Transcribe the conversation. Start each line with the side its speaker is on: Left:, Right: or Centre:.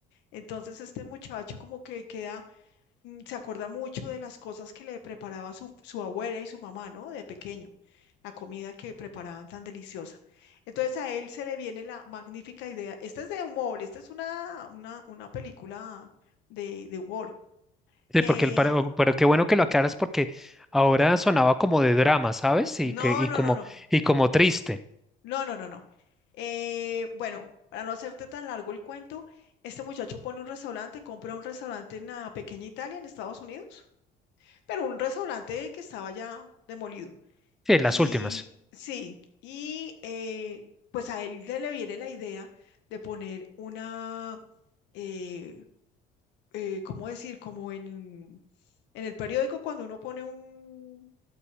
Left: Entonces este muchacho como que queda, mm, se acuerda mucho de las cosas que le preparaba su, su abuela y su mamá, ¿no? De pequeño, la comida que preparaban tan deliciosa. Entonces a él se le viene la magnífica idea. Esta es de humor, esta es una, una, una película de, de humor.
Centre: Sí,
Left: Eh,
Centre: porque el, pero, pero qué bueno que lo aclaras porque ahora sonaba como de drama, ¿sabes? Y
Left: no,
Centre: que y
Left: no,
Centre: como
Left: no, no.
Centre: y como triste.
Left: No, no, no, no. Eh, bueno, para no hacerte tan largo el cuento, este muchacho pone un restaurante, compra un restaurante en la pequeña Italia, en Estados Unidos, pero un restaurante que estaba ya demolido.
Centre: Sí, las
Left: Y
Centre: últimas.
Left: sí, y eh, pues a él le le viene la idea de poner una, eh, eh, ¿cómo decir? Como en, en el periódico cuando uno pone un,